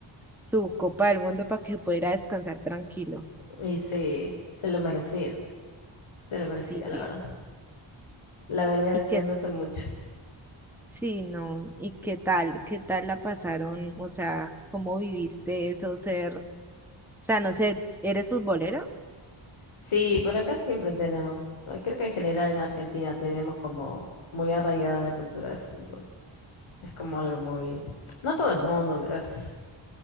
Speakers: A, in the centre; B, on the left.
A: su copa del mundo para que pudiera descansar tranquilo.
B: Y sí, se lo merecía. Se lo merecía,
A: Sí, pi.
B: la verdad. La venía
A: Y
B: deseando
A: que,
B: hace mucho.
A: sí, no, y qué tal, qué tal la pasaron, o sea, cómo viviste eso, ser, o sea, no sé, ¿eres futbolera?
B: Sí, por acá siempre tenemos, eh, creo que en general en Argentina tenemos como muy arraigada la cultura de fútbol. Es como algo muy, no todo el mundo, pero es,